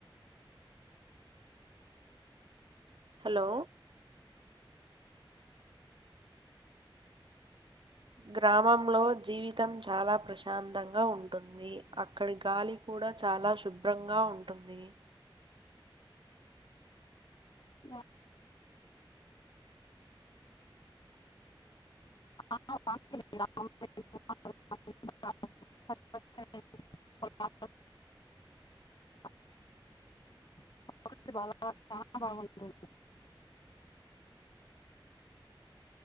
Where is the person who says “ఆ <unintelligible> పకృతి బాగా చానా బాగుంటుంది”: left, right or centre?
Left